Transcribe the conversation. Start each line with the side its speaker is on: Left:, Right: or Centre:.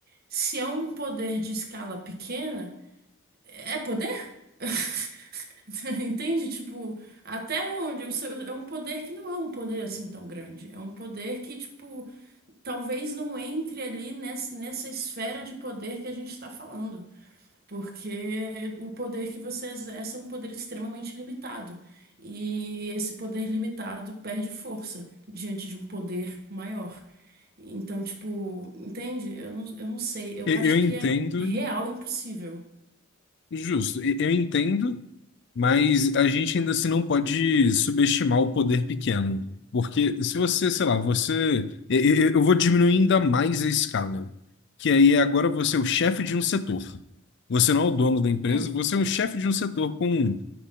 Right: se é um poder de escala pequena, é poder? <laughs> Entende? Tipo, até onde? O seu- É um poder que não é um poder assim tão grande. É um poder que, tipo, talvez não entre ali nessa, nessa esfera de poder que a gente está falando. Porque o poder que você exerce é um poder extremamente limitado. E esse poder limitado perde força diante de um poder maior. Então, tipo, entende? Eu não, eu não sei. Eu
Left: E-
Right: acho
Left: Eu entendo,
Right: que é real impossível.
Left: justo, e- eu entendo, mas a gente ainda assim não pode subestimar o poder pequeno. Porque se você, sei lá, você. e- e- Eu vou diminuir ainda mais a escala. Que aí é agora você é o chefe de um setor. Você não é o dono da empresa,
Right: Hum,
Left: você é o chefe de um setor com